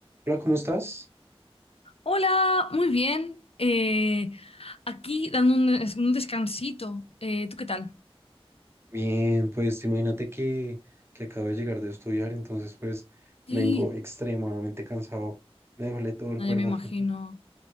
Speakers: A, on the right (about 25°); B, on the left (about 70°).
A: Hola, ¿cómo estás?
B: Hola, muy bien. Eh, aquí dando un, des- un descansito. Eh, ¿tú qué tal?
A: Bien, pues imagínate que, que acabo de llegar de estudiar, entonces pues
B: Sí.
A: vengo extremadamente cansado, me duele todo el
B: No,
A: cuerpo.
B: ya me imagino,
A: <laughs>